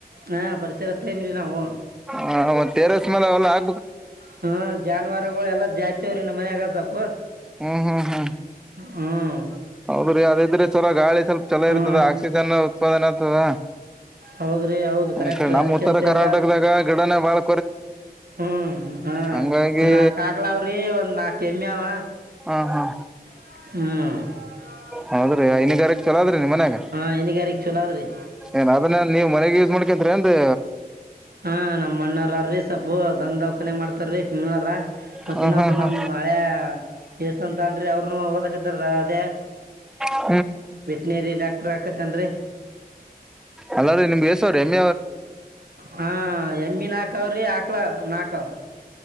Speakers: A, on the right (about 70°); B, in the centre.
A: ಹಾ ಪರಿಸರಿಸರ ಹತ್ರೇಮ್ರರಿ ನಾವು
B: ಹ ಮ ಟೆರಸ್ ಮಲ ಎಲ್ಲಾ ಹಾ
A: ಹ್ಮ ಜಾನುವಾರುಗಳು ಎಲ್ಲಾ ಜಾಸ್ತಿವ್ರಿ ನಮ್ಮ ಮನ್ಯಾಗ ಸ್ೊಪ್ಪ
B: ಹ್ಮ್ ಹ್ಮ್ ಹ್ಮ್
A: ಹ್ಮ್
B: ಹೌದ್ರ ಯದ ಇದ್ರೆ ಚಲ ಗಾಳಿ ಸ್ವಲ್ಪ ಚಲೋ
A: ಹ್ಮ್
B: ಇರ್ತದ ಆಕ್ಸಿಜನ್ ಉತ್ಪಾದನೆ ಆಗ್ತದ
A: ಹೌದ್ರಿ ಹೌದು ಕರೆಕ್ಟ್
B: ಅ ನಮ್ಮ
A: ಅದಕ್ಕಿಂತ
B: ಉತ್ತರ ಕರ್ನಾಟಕದಾಗ
A: ಎಲ್ಲಾ
B: ಗಿಡನ ಬಾಳ್
A: ಹ್ಮ್ ಹ್ಮ
B: ಹಂಗಾಗಿ
A: ಒ ನಾಕ್ಾಕ್ಲಾವ್ರಿ ಒಂದ್ ನಾಕ್ ಎಮ್ಮಿಾವ
B: ಹ್ಮ್ ಹ್ಮ್
A: ಹ್ಮ್
B: ಹೌದ್ರೆ ಐನಗ ಚಲೋದ್ರೀ ನಿ ಮನ್ಯಾಗ
A: ಹಾ ಹೈನುಗಾರಿಕೆ ಚಲೋ ಅದ್ರಿ
B: ಏನ ನೀ ಮ ಯಸ್ ಮಾಡ್ ಯಾಕಂದ್ರ ಅಂದ್ರೆ
A: ಹಾ ನಮ್ಮ ಅಣ್ಣೀ ಸೊಪು ದ್ ದಕನ್ ಮಾಡ್ತ ೀರ ಮತ್
B: ಹಾ
A: ಇನ್ನೊಬ್ಬ
B: ಹಾ ಹಾ
A: ನಮ್ ಹಳೆ ವ್ಯವಸ್ ಅಂತ ಅನ್ಿ ಅವ್ರರುನು ಓದಕತಾರ ಅದ
B: ಹ
A: ವೆಟನರಿ ಡಾಕ್ಟರ್ ಹಾಕತ್ತನ್ರಿ
B: ಅಲ್ಲ್ರೀ ನಿಮ್ಗೆ ಯಸವ ರೀಮ
A: ಹಾ ಎಮ್ಮಿ ನಾಕ ಅವ್ರಿ ಆಕ್ಲ ನಾಕಾವ